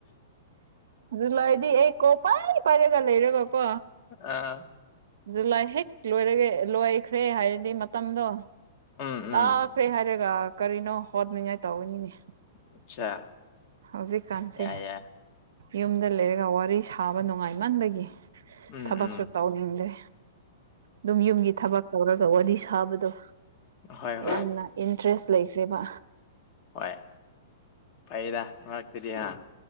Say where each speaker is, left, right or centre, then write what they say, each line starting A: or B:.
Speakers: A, on the right; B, on the left.
A: ꯖꯨꯂꯥꯏꯗꯤ ꯑꯩ ꯀꯣ ꯄꯥꯏ ꯄꯥꯏꯔꯒ ꯂꯩꯔꯒ ꯀꯣ
B: ꯑꯥ
A: ꯖꯨꯂꯥꯏ ꯍꯦꯛ ꯂꯣꯏꯔꯒ ꯂꯣꯏꯈ꯭ꯔꯦ ꯍꯥꯏꯔꯗꯤ ꯃꯠ ꯃꯇꯝꯗꯣ
B: ꯎꯝ ꯎꯝ
A: ꯇꯥꯈ꯭ꯔꯦ ꯍꯥꯏꯔꯒ ꯀꯔꯤꯅꯣ ꯍꯣꯠꯅꯤꯉꯥꯏ ꯇꯧꯒꯅꯤꯅꯦ
B: ꯑꯆꯥ
A: ꯍꯧꯖꯤꯛꯀꯥꯟꯁꯦ
B: ꯌꯥꯏ ꯌꯥꯏ
A: ꯌꯨꯝꯗ ꯂꯩꯔꯒ ꯋꯥꯔꯤ ꯁꯥꯕ ꯅꯨꯡꯉꯥꯏꯃꯟꯕꯒꯤ
B: ꯎꯝ
A: ꯊꯕꯛ
B: ꯎꯝ
A: ꯁꯨ ꯇꯧꯅꯤꯡꯗꯦ ꯑꯗꯨꯝ ꯌꯨꯝꯒꯤ ꯊꯕꯛ ꯇꯧꯔꯒ ꯋꯥꯔꯤ ꯁꯥꯕꯗꯣ
B: ꯍꯣꯏ ꯍꯣꯏ
A: ꯌꯥꯝꯅ ꯏꯟꯇꯔꯦꯁ ꯂꯩꯈ꯭ꯔꯦꯕ
B: ꯍꯣꯏ ꯐꯩꯗ ꯃꯔꯛꯇꯗꯤ ꯑꯥ